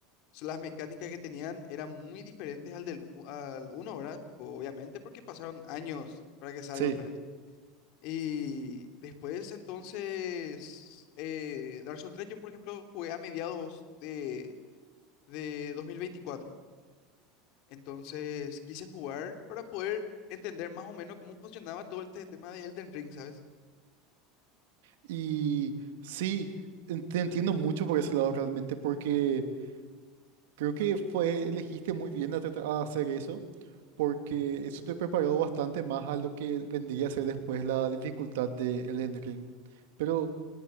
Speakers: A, on the left; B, on the right.
A: so, las mecánicas que tenían eran muy diferentes al del u- al uno ¿verdad? Tipo, obviamente porque pasaron años para que salga
B: sí.
A: otra vez. Y después entonces eh, Dark Souls tres yo por ejemplo jugué a mediados de, de dos mil veinticuatro Entonces quise jugar para poder entender más o menos cómo funcionaba todo este tema de Elden Ring, ¿sabes?
B: Y sí, en- te entiendo mucho por ese lado realmente, porque creo que fue, elegiste muy bien a, tratar- a hacer eso, porque eso te preparó bastante más a lo que vendría a ser después la dificultad de Elden Ring. Pero